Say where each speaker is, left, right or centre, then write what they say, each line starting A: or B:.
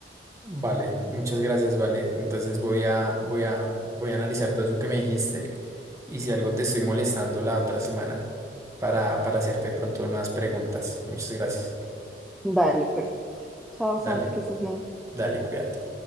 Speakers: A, on the right; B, in the centre.
A: Vale, muchas gracias, vale. Entonces voy a, voy a, voy a analizar todo eso que me dijiste y si algo te estoy molestando la otra semana para, para hacerte de pronto unas preguntas. Muchas gracias.
B: Dale, perfecto. Chao,
A: Dale,
B: Santi, que estés bien.
A: dale, cuídate.